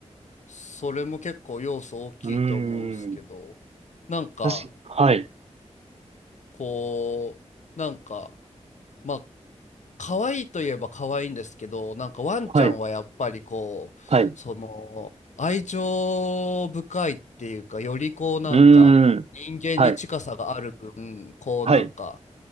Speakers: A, on the left; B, on the right.
A: それも結構要素大きいと思うんすけどなんか
B: うーん。確か、はい、
A: こうなんかまあ可愛いといえば可愛いんですけどなんかワンちゃんはやっぱりこうその愛情深いっていうかよりこうなんか人間に近さがある分こうなんか
B: はい、はい。うーん。はい、はい、